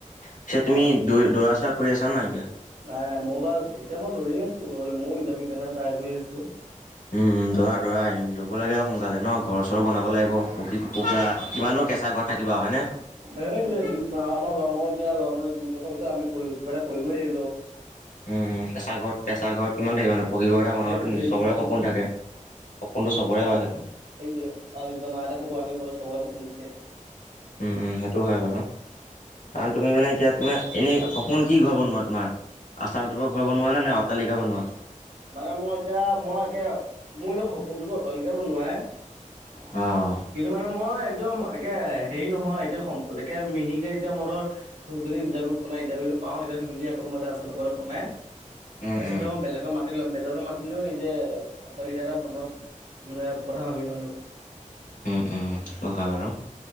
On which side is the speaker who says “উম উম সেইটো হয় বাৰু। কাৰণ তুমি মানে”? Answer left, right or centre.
Left